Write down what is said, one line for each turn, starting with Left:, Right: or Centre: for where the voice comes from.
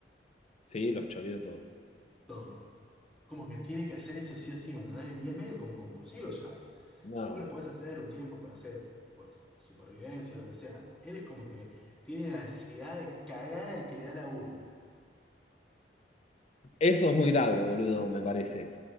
Left: Sí, los choreo todo.
Centre: todo. Como que tiene que hacer eso sí o sí, ¿me entendés? Y es medio como compulsivo ya.
Left: No,
Centre: Vos lo podés hacer un tiempo, por no sé, por supervivencia, lo que sea. Él es como que tiene la necesidad de cagar al que le da laburo.
Left: Eso es muy grave, boludo, me parece.